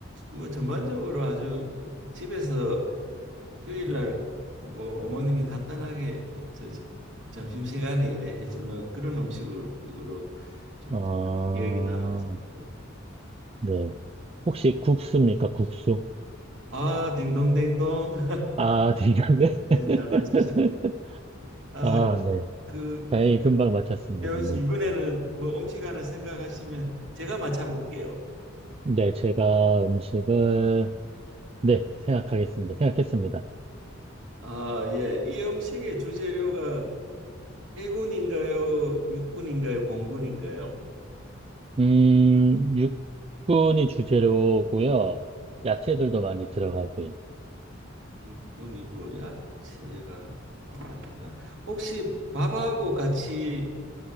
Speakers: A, on the right (about 70°); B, on the right (about 30°).
A: 뭐 전반적으로 아주 집에서 휴일날 뭐 어머님이 간단하게 저, 저- 점심시간에 이래 해주는 그런 음식으로 좀
B: 아,
A: 기억이 남아 있습니다.
B: 네. 혹시 국수입니까? 국수?
A: 아, 딩동댕동.
B: 아, 되겠네.
A: 네,
B: <laughs>
A: 잘 맞추셨네요. 아,
B: 아, 네.
A: 그
B: 다행히 금방 맞췄습니다.
A: 혜원
B: 네.
A: 씨 이번에는 뭐 음식 하나 생각하시면 제가 맞춰볼게요.
B: 네, 제가 음식을, 네, 생각하겠습니다. 생각했습니다.
A: 아, 예. 이 음식의 주재료가 해군인가요? 육군인가요? 공군인가요?
B: 음, 육군이 주재료고요. 야채들도 많이 들어가고요.
A: 육군이고 야채가 어, 많이 들어가. 혹시 밥하고 같이